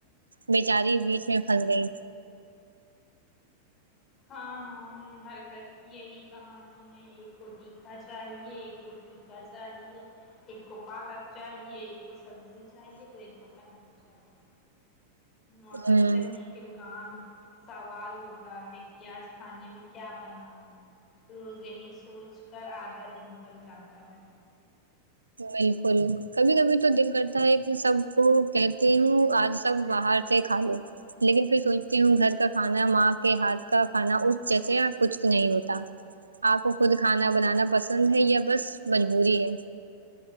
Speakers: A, on the right (about 80°); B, on the left (about 30°).
A: بیچاری بیچ میں پھنس گئی
B: ہاں ہاں ہر گھر کی یہی کہانی ایک کو تیکھا چاہیے ایک کو پھیکا چاہیے ایک کو پالک چاہیے ایک کو سبزی چاہیے تو ایک کو پنیر چاہیے اور سب
A: ہوں
B: سے مشکل کام سوا ل ہوتا ہے کہ آج کھانے میں کیا بناؤں میں روز یہی سوچ کر آدھا دن نکل جاتا ہے
A: بالکل کبھی کبھی تو دل کرتا ہے کہ سب کو کہتی ہوں آج سب باہر سے کھا لو لیکن پھر سوچتی ہوں گھر کا کھانا ماں کے ہاتھ کا کھانا اس جیسا کچھ نہیں ہوتا آپ کو خود کھانا بنانا پسند ہے یا بس مجبوری ہے